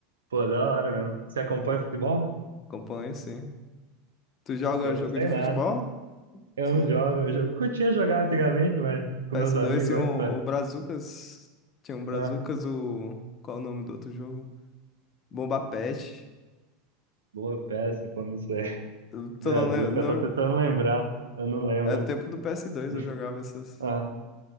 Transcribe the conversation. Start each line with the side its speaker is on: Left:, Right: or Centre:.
Right: Pô, da hora mesmo. Você acompanha futebol?
Left: Acompanha, sim. Tu joga
Right: Eu
Left: jogo
Right: não sei
Left: de
Right: nada.
Left: futebol?
Right: Eu
Left: Tu-
Right: não jogo. Eu jo- curtia jogar antigamente, mas com
Left: PS2
Right: meus amigos
Left: tinha
Right: antes,
Left: o,
Right: mas.
Left: o Brazucas. Tinha um Brazucas,
Right: Ah,
Left: o. Qual o nome do outro jogo? Bomba Pet
Right: boa peça, pô, não sei. <laughs>
Left: Tu tu
Right: Brazuca,
Left: não lembra. Não...
Right: tô tentando lembrar. Eu não lembro.
Left: É tempo do PS2
Right: <laughs>
Left: eu jogava essas,
Right: Ah,